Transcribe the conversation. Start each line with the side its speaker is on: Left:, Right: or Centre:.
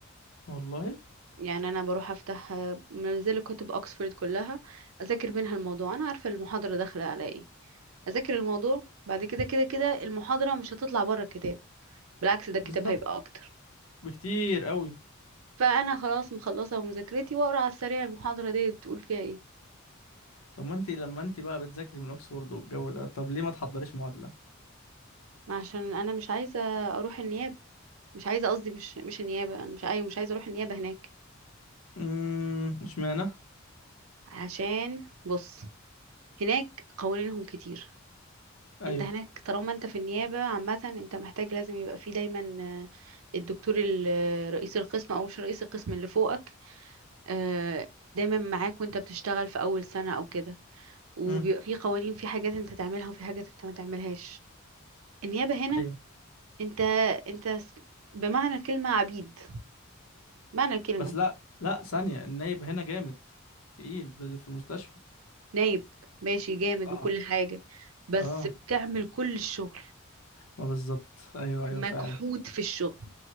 Left: والله
Right: يعني انا بروح افتح آه، منزله كتب اوكسفورد كلها اذاكر منها الموضوع انا عارفه المحاضره داخله على ايه اذاكر الموضوع بعد كده كده كده المحاضره مش هتطلع بره الكتاب بالعكس ده الكتاب
Left: بالظبط
Right: هيبقى اكتر
Left: بكتير قوي
Right: فانا خلاص مخلصه مذاكرتي واقرا على السريع المحاضره دي بتقول فيها ايه
Left: طب ما انت لما انت بقى بتذاكري من اوكسفورد والجو ده طب ليه ما تحضريش معادلة
Right: ما عشان انا مش عايزه اروح النيابه مش عايزه قصدي مش مش النيابه انا مش عايزه مش عايزه اروح النيابه هناك
Left: امم مش معنى
Right: عشان بص هناك قوانينهم كتير
Left: ايوه
Right: انت هناك طالما انت في النيابة عامة انت محتاج لازم يبقى فيه دايما آه، الدكتور ال- آه، رئيس القسم او مش رئيس القسم اللي فوقك آه، دايما معاك وانت بتشتغل في اول سنة او كده وبيبقى
Left: امم
Right: فيه قوانين في حاجات انت تعملها وفي حاجات انت ما تعملهاش النيابة هنا
Left: ايوه
Right: انت انت س- بمعنى الكلمة عبيد معنى الكلمة
Left: بس لا لا ثانية النايب هنا جامد تقيل ب- في المستشفى
Right: نايب ماشي جامد
Left: اه
Right: وكل حاجة بس
Left: اه
Right: بتعمل كل الشغل
Left: ما بالظبط ايوه ايوه
Right: مجحود
Left: فعلا
Right: في الشغل